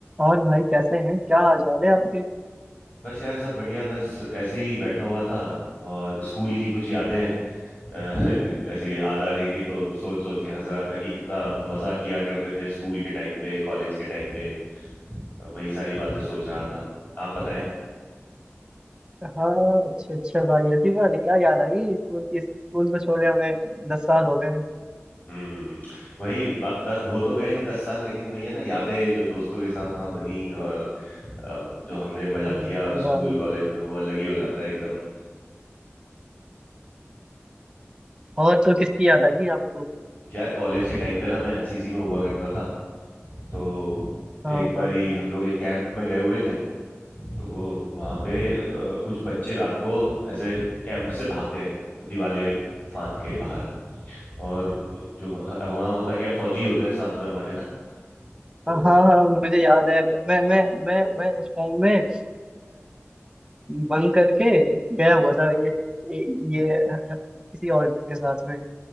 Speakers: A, on the right; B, on the left.
A: और भाई कैसे हैं क्या हाल चाल है आपके
B: बस यार सब बढ़िया बस ऐसे ही बैठा हुआ था और स्कूल की कुछ यादें अ, <laughs> ऐसे ही याद आ रही थी तो सोच सोच के हंस रहा था कि कितना मजा किया करते थे स्कूल के टाइम पे कॉलेज के टाइम पे वही सारी बातें सोच रहा था आप बताएं
A: हाँ अच्छा अच्छा भाई ऐसी बात है क्या याद आ गई स्कूल की स्कूल तो छोड़े हमें दस साल हो गए हैं
B: हम्म वही बा- द, हो तो गए हैं दस साल लेकिन वही है ना यादें जो दोस्तों के साथ वहां बनी और अ, जो हमने मजा
A: हम्म,
B: किया
A: हम्म,
B: स्कूल
A: भाई
B: कॉलेज में वो अलग ही हो जाता है एकदम
A: और तो किसकी याद आ गई आपको
B: यार कॉलेज के टाइम पे ना मैं एनसीसी में हुआ करता था तो
A: हाँ
B: एक बारी
A: हाँ हाँ
B: हम लोग एक कैंप में गए हुए थे तो वो वहां पे अ, कुछ बच्चे रात को ऐसे कैंप से भाग गए दिवाले फांद के बाहर और जो वहां होता क्या फौजी होते हैं साथ में हमारे ना तो
A: हाँ हाँ हाँ, मुझे याद है मैं मैं मैं मैं उस टाइम में बंक करके गया हुआ था ये ये ये किसी और के साथ में